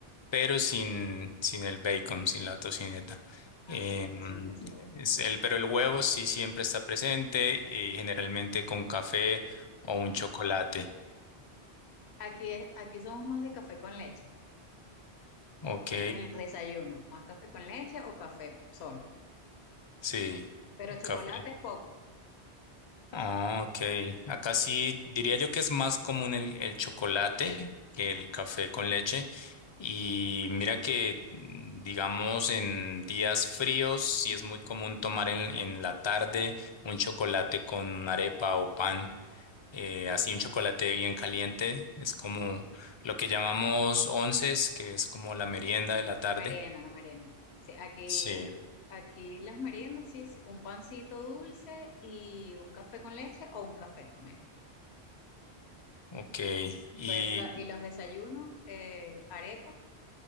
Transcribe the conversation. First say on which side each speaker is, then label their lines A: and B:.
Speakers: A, on the left; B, on the left.
A: pero sin, sin el bacon, sin la tocineta.
B: ah,
A: Em,
B: sí, la tocineta, sí.
A: es el, pero el huevo sí siempre está presente y generalmente con café o un chocolate.
B: Aquí, es- aquí somos más de café con leche,
A: Ok,
B: en, en los desayunos, más café con leche o café solo,
A: sí,
B: pero chocolate
A: café.
B: es poco,
A: Ah, ok. Acá sí diría yo que es más común el, el chocolate que el café con leche. Y mira que, mm, digamos, en días fríos sí es muy común tomar en, en la tarde un chocolate con arepa o pan. Eh, así un chocolate bien caliente. Es como lo que llamamos onces, que es como la merienda de la tarde.
B: no merienda, no merienda. Sí, aquí,
A: Sí,
B: aquí las meriendas, sí, sí, un pancito dulce y un café con leche o un café también.
A: ok. Y
B: Pero, la- y los desayunos, eh, arepa,